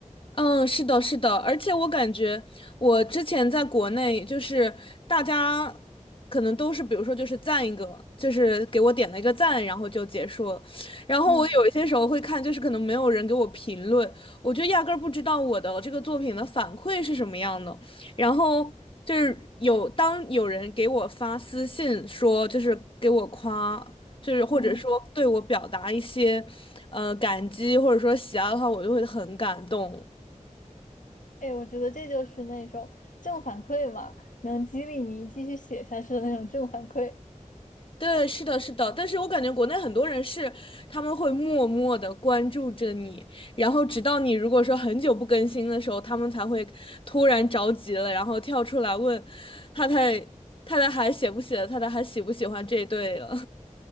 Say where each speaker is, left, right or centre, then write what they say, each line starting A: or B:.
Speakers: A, on the left; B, on the left.
A: 嗯，是的，是的，而且我感觉我之前在国内，就是大家可能都是，比如说就是赞一个，就是给我点了一个赞，然后就结束了。然后我有一些时候会看，
B: 嗯
A: 就是可能没有人给我评论，我就压根儿不知道我的这个作品的反馈是什么样的。然后就是有当有人给我发私信说，就是给我夸，就是或者说对我表达一些呃感激或者说喜爱的话，
B: 嗯。
A: 我就会很感动。
B: 哎，我觉得这就是那种正反馈嘛，能激励你继续写下去的那种正反馈。
A: 对，是的，是的，但是我感觉国内很多人是他们会默默的关注着你，然后直到你如果说很久不更新的时候，他们才会突然着急了，然后跳出来问太太太太还写不写了，太太还喜不喜欢这一对了。